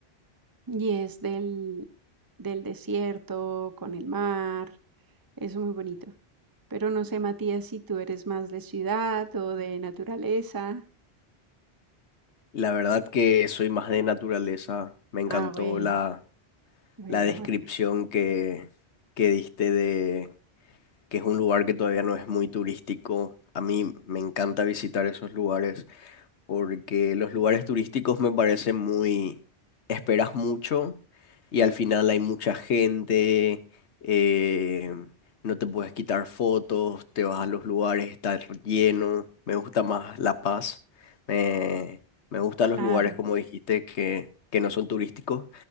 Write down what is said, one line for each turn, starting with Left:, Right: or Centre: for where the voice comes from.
Right: y es del, del desierto, con el mar, es muy bonito. Pero no sé, Matías, si tú eres más de ciudad o de naturaleza.
Left: La verdad que soy más de naturaleza. Me encantó
Right: Ah, bueno,
Left: la,
Right: bueno,
Left: la descripción
Right: bueno,
Left: que, que diste de que es un lugar que todavía no es muy turístico. A mí me encanta visitar esos lugares porque los lugares turísticos me parecen muy, esperas mucho y al final hay mucha gente, eh, no te puedes quitar fotos, te vas a los lugares, está lleno, me gusta más La Paz, me, me gustan
Right: claro.
Left: los lugares como dijiste que, que no son turísticos,